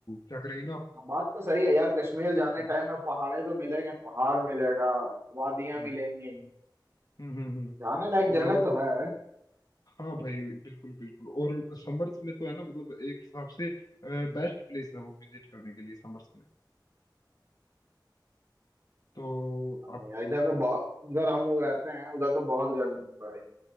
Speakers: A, on the left; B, on the right.
A: क्या करेंगे ना
B: हाँ,
A: अपन
B: बात तो सही है यार कश्मीर जाने
A: हम्म
B: टाइम में पहाड़े तो मिलेंगे पहाड़ मिलेगा वादियां
A: हम्म
B: मिलेंगी
A: हम्म हम्म हम्म।
B: जाने लायक जगह तो है
A: हाँ भाई बिल्कुल बिल्कुल और समर्स में तो है ना मतलब एक हिसाब से बेस्ट प्लेस है वो विजिट करने के लिए समर्स में तो
B: हाँ
A: आप
B: यार इधर तो बहुत इधर हम लोग रहते हैं उधर तो बहुत गर्मी है भाई